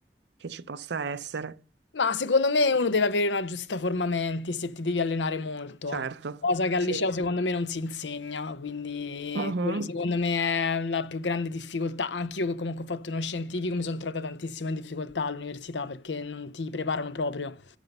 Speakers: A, on the right (about 75°); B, on the left (about 90°).
A: che ci possa essere.
B: Ma secondo me uno deve avere una giusta forma mentis se ti devi allenare molto,
A: Certo,
B: cosa che al
A: sì.
B: liceo secondo me non si insegna, quindi
A: Ma Mhm.
B: quello secondo me è la più grande difficoltà. Anch'io che comunque ho fatto uno scientifico mi sono trovata tantissimo in difficoltà all'università perché non ti preparano proprio,